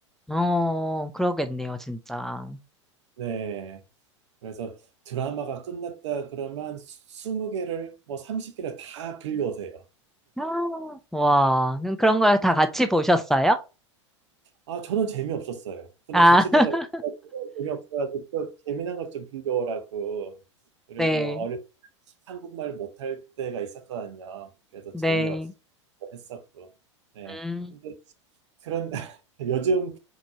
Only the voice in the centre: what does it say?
어, 그러겠네요, 진짜.
<gasps> 아, 와, 그럼 그런 걸 다 같이 보셨어요?
아,
<laughs>
네,
네.
음,